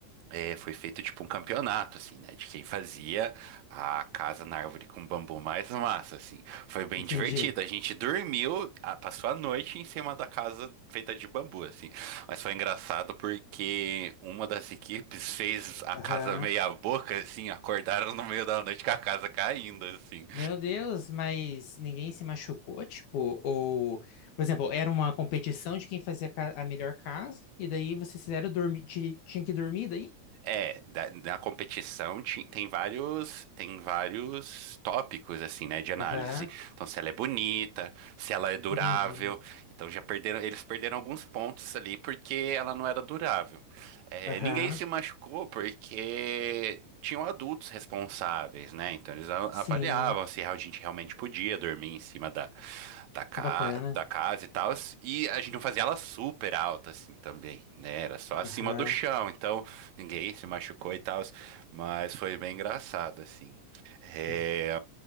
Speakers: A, on the right; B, on the left.
A: É, foi feito tipo um campeonato, assim, né? De quem fazia a casa na árvore com bambu mais massa, assim. Foi bem
B: entendi.
A: divertido. A gente dormiu, a- passou a noite em cima da casa feita de bambu, assim. Mas foi engraçado porque uma das equipes fez a
B: Aham.
A: casa meia boca, assim, acordaram no meio da noite com a casa caindo, assim.
B: Meu Deus, mas ninguém se machucou, tipo, ou, por exemplo, era uma competição de quem fazia ca- a melhor casa, e daí vocês fizeram dormir, ti- tinha que dormir daí?
A: É, da- na competição ti- tem vários, tem vários tópicos assim, né, de análise.
B: Aham,
A: Então, se ela é bonita, se ela é durável.
B: entendi.
A: Então, já perderam, eles perderam alguns pontos ali porque ela não era durável. É,
B: Aham,
A: ninguém se machucou porque tinham adultos responsáveis, né? Então, eles a-
B: sim,
A: avaliavam se a gente realmente podia dormir em cima da, da, ca,
B: que bacana.
A: da casa e tal. E a gente não fazia ela super alta assim também, né? Era só acima
B: Aham.
A: do chão. Então ninguém se machucou e tal, mas foi bem engraçado, assim. É,
B: ah,